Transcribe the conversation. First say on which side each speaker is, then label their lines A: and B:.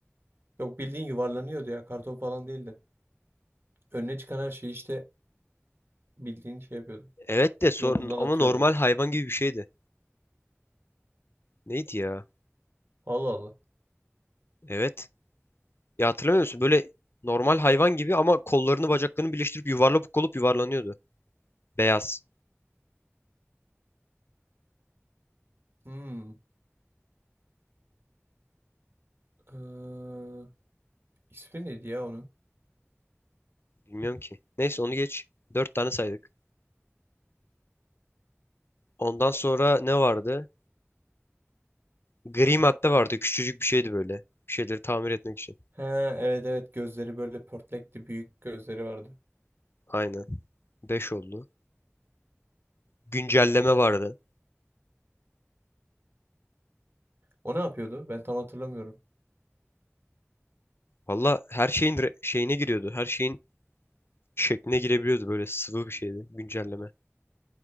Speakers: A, on the right; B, on the left.
A: Yok bildiğin yuvarlanıyordu ya. Karton falan değildi. Önüne çıkan her şeyi işte bildiğin şey yapıyordu.
B: Evet de sor
A: Yolundan
B: ama
A: atıyordu.
B: normal hayvan gibi bir şeydi. Neydi ya?
A: Allah Allah.
B: Evet. Ya hatırlamıyor musun? Böyle normal hayvan gibi ama kollarını bacaklarını birleştirip yuvarlak olup yuvarlanıyordu. Beyaz.
A: Hmm. Ee, ismi neydi ya onun?
B: Bilmiyorum ki. Neyse onu geç. Dört tane saydık. Ondan sonra ne vardı? Gri madde vardı. Küçücük bir şeydi böyle. Bir şeyleri tamir etmek için.
A: He evet evet gözleri böyle pörtlekti. Büyük gözleri vardı.
B: Aynen. Beş oldu. Güncelleme vardı.
A: O ne yapıyordu? Ben tam hatırlamıyorum.
B: Valla her şeyin re- şeyine giriyordu. Her şeyin şekline girebiliyordu böyle sıvı bir şeydi güncelleme.